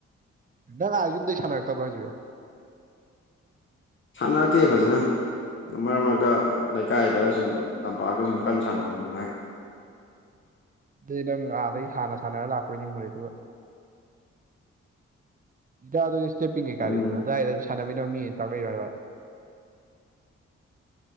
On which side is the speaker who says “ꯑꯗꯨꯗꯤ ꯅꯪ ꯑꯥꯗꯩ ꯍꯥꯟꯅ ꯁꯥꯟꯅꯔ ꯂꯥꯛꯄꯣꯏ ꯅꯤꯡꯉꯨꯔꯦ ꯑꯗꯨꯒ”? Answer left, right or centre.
Right